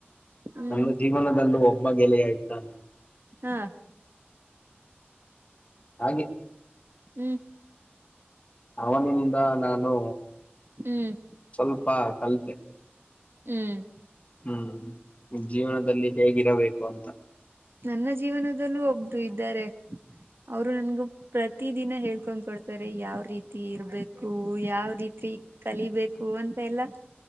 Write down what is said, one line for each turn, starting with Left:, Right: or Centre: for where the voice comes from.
Right: ಹ್ಮ್
Left: ನಮ್ಮ ಜೀವನದಲ್ಲೂ ಒಬ್ಬ ಎಲೆಯಯ್ತಾನ್.
Right: ಹಾ
Left: ಹಾಗೆ
Right: ಹ್ಮ್
Left: ಅವನಿಂದ ನಾನು
Right: ಹ್ಮ್
Left: ಸ್ವಲ್ಪ ಕಲತೆ.
Right: ಹ್ಮ್
Left: ಹ್ಮ್ ಜೀವನದಲ್ಲಿ ಹೇಗಿರಬೇಕು ಅಂತ.
Right: ನನ್ನ ಜೀವನದಲ್ಲೂ ಒಬ್ರು ಇದ್ದಾರೆ. ಅವರು ನನ್ಗು ಪ್ರತಿ ದಿನ ಹೇಳ್ಕೊಂಡ್ ಕೊಡ್ತಾರೆ ಯಾವ್ ರೀತಿ ಇರ್ಬೇಕು ಯಾವ ರೀತಿ ಕಲಿಬೇಕು ಅಂತ ಎಲ್ಲಾ